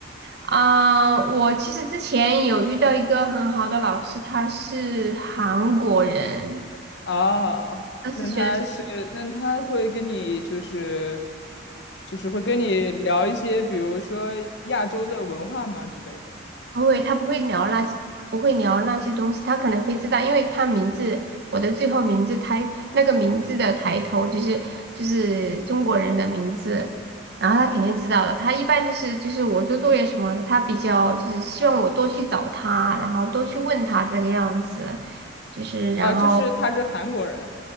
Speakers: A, on the right (about 55°); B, on the left (about 60°).
A: 啊、我其实之前有遇到一个很好的老师，他是韩国人，
B: 啊，
A: 他是学
B: 那他是，那他会跟你就是，就是会跟你聊一些，比如说亚洲的文化嘛之类的。
A: 不会，他不会聊那些，不会聊那些东西，他可能会知道，因为看名字，我的最后名字抬那个名字的抬头就是就是中国人的名字，然后他肯定知道的。他一般就是就是我做作业什么的，他比较就是希望我多去找他，然后多去问他这个样子。就是然后
B: 啊，就是他是韩国人。